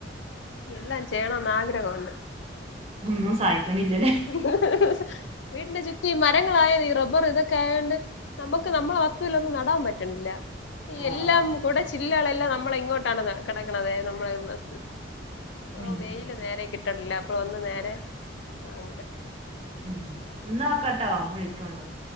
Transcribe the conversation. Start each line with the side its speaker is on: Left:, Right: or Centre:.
Left: എല്ലാം ചെയ്യണംന്ന് ആഗ്രഹമുണ്ട്
Right: ഒന്നും സഹായിക്കണില്ല
Left: ഇ ഹ്ഇ ഹ് വീട്ടിന്റെ ചുറ്റും ഈ മാ മരങ്ങളായത് ഈ റബ്ബർ ഇതൊക്കെ ആതൊണ്ട് നമുക്ക് നമ്മുടെ വസ്തുവിൽ ഒന്നും നടാൻ പറ്റുണില്ല
Right: ആഹ്
Left: എല്ലാം
Right: ആഹ്
Left: കൂടെ ചില്ലകളെല്ലാം നമ്മള ഇങ്ങോട്ടാണ് കിടക്കണത നമ്മളെ വീ ഓ
Right: ഉം
Left: വെയില് നേരെ കിട്ടണില്ല അപ്പ ഒന്നും നേരെ ആവൂല
Right: ഉം ഇന്നാ വെക്കട്ടോ വിളിക്കണ്ടോ